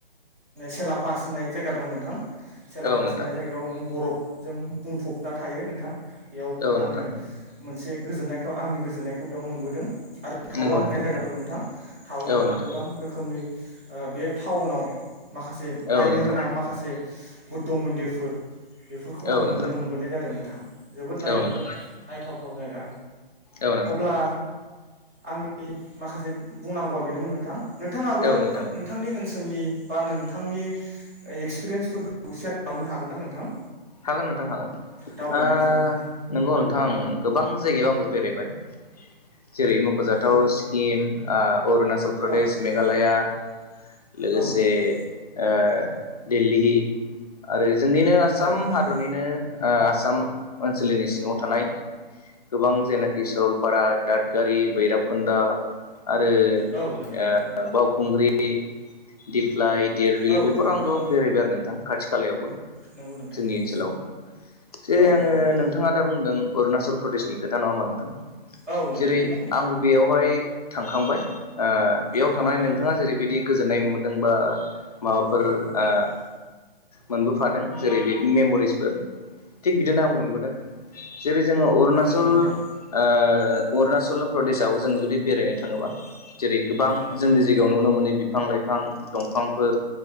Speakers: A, on the right; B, on the left.
A: सेला फास होननाय जायगा दं नोंथां सेलाफास
B: औ नोंथां
A: होननाय जायगायाव नों बर जों बुंफबना थायो नोंथां बेयावबो
B: औ नोंथां
A: आङो मोनसे गोजोननायखौ आंनि गोजोननायखौ बेयाव मोनबोदों आरो टावां
B: नंगौ
A: होननाय
B: नोंथां
A: जायगा दं नोंथां टावांआवबो
B: औ नोंथां
A: गोबां रोखोमनि ओ बे टाउनाव माखासे
B: औ
A: नायनो
B: नोंथां
A: गोनां माखासे बुद्ध मन्दिरफोर बेफोरखौ
B: औ
A: आङो
B: नोंथां
A: नुनो मोनबोनाय जादों नोथां जोबोद नायनो
B: औ नोंथां
A: हाथ नायथावथाव जायगा
B: औ नोंथां
A: अब्ला आंनि माखासे बुंनांगौआ बेनोमोन नोंथां नोंथाङाबो
B: औ नोंथां
A: नोंथांनि ओनसोलनि बा नोंथांनि एक्सपिरियेन्सफोरखौ सेयार खालामनो हागोन ना नोंथां
B: हागोन नोंथां हागोन
A: दावबायनायनि
B: ओ
A: सोमोन्दै
B: नंगौ नोंथां गोबां जायगायाव आंबो बेरायबाय जेरै मख'जाथाव
A: औ
B: स्किम ओ अरुणाचल प्रदेश
A: औ नोंथां
B: मेघालया लोगोसे
A: औ नोंथां
B: ओ दिली आरो जोंनिनो आसाम
A: औ नोंथां
B: हादरनिनो आसाम ओनसोलनि सिङाव थानाय गोबां जेनाखि सरलपारा दादगारि बैरिबखुन्दा आरो
A: औ नोंथां
B: ओ
A: नंगौ नंगौ
B: बावखुंग्रि दिप्लाय देरबिल
A: औ
B: बेफोर
A: नंगौ नोंथां
B: आंगो बेरायबाय आरो नोंथां खाथि खालायावबो
A: नंगौ नोंथां
B: जोंनि
A: नंगौ
B: ओनसोलाव जेरै
A: औ
B: आङो
A: नंगौ नोंथां
B: नोंथाङा दा बुंदों अरुणाचल प्रदेशनि खोथा नङा होमा नोंथां
A: औ नंगौ
B: जेरै
A: नोंथां
B: आंबो बेयावहाय थांखांबाय ओ बेयाव
A: नंगौ
B: थांनानै
A: नोंथां
B: नोंथाङा जेरैबायदि गोजोननाय मोनदों बा माबाफोर
A: औ
B: ओ
A: नंगौ नोंथां
B: मोनबोफादों जेरै बि मेमरिसफोर थिग बिदिनो आं मोनबोदों जेरै जोङो अरुणचल
A: नंगौ
B: ओ
A: नोंथां
B: अरुणाचल प्रदेशआव जों जुदि बेरायनो थाङोबा जेरै गोबां
A: नंगौ
B: जोंनि
A: नोंथां
B: जायगायाव नुनो मोनो बिफां लाइफां दंफांफोर